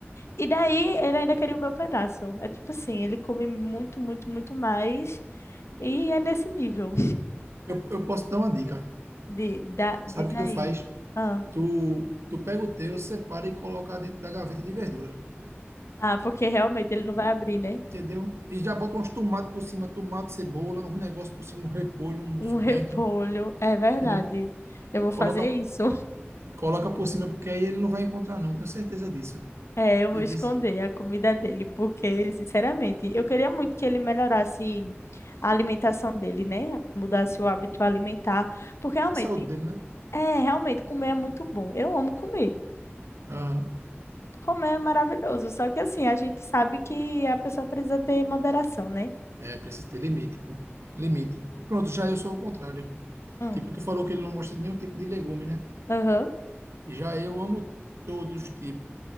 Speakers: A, on the left; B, on the right.
A: e daí ele ainda queria o meu pedaço. É tipo assim, ele come muito, muito, muito mais. E é nesse nível
B: Eu, eu posso dar uma dica.
A: de, da, diz
B: Sabe o que
A: aí.
B: tu faz?
A: Ah,
B: Tu, tu pega o teu, separa e coloca dentro da gaveta de verdura.
A: ah, porque realmente ele não vai abrir, né?
B: entendeu? E já bota uns tomates por cima, tomate, cebola, um negócio por cima, um repolho, uns
A: Um
B: coentros,
A: <laughs> repolho, é verdade.
B: entendeu?
A: Eu vou
B: Coloca,
A: fazer isso.
B: coloca por cima, porque aí ele não vai encontrar, não, eu tenho certeza disso.
A: É, eu vou
B: Ele
A: esconder
B: disse,
A: a comida dele, porque, sinceramente, eu queria muito que ele melhorasse a alimentação dele, né? Mudasse o hábito alimentar, porque realmente,
B: a saúde dele, né?
A: é, realmente comer é muito bom. Eu amo comer.
B: Aham.
A: Comer é maravilhoso, só que assim, a gente sabe que a pessoa precisa ter moderação, né?
B: É, precisa ter limite, pô. Limite. Pronto, já eu sou ao contrário.
A: Hum,
B: Tipo, tu falou que ele não gosta de nenhum tipo de legume, né?
A: aham.
B: Já eu amo todos os tipos.